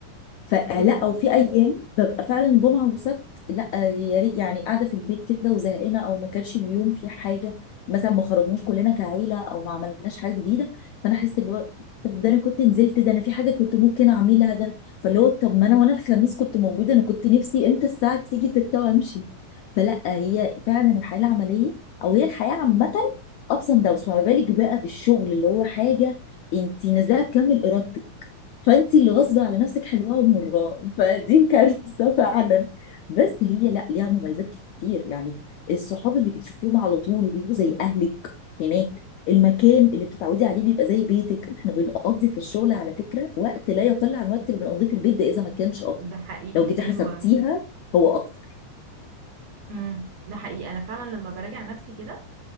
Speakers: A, on the left (about 80°); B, on the right (about 65°).
A: فلا
B: بالظبط
A: او في ايام ببقى فعلا جمعه وسبت لا يا ريت يعني قاعده في البيت كده وزهقانه او ما كانش اليوم في حاجه مثلا ما خرجناش كلنا كعيله او ما عملناش حاجه جديده فانا احس اللي هو طب ده انا كنت نزلت ده انا في حاجه كنت ممكن اعملها ده فاللي هو طب ما انا وانا الخميس كنت موجوده انا كنت نفسي امتى الساعه تيجي 6 وامشي فلا هي فعلا الحياه العمليه او هي الحياه عامه ابس اند داونز فما بالك بقى بالشغل اللي هو حاجه انت نازلها بكامل ارادتك فانت اللي غصب على نفسك حلوه ومراه فدي كارثه فعلا بس هي لا ليها مميزات كتير يعني الصحاب اللي بتشوفيهم على طول بيبقوا زي اهلك هناك المكان اللي بتتعودي عليه بيبقى زي بيتك احنا بنقضي في الشغل على فكره وقت لا يقل عن الوقت اللي بنقضيه في البيت ده اذا ما كانش اكتر
B: ده حقيقي
A: لو جيتي
B: ايوه
A: حسبتيها هو اكتر
B: امم ده حقيقي انا فعلا لما براجع نفسي كده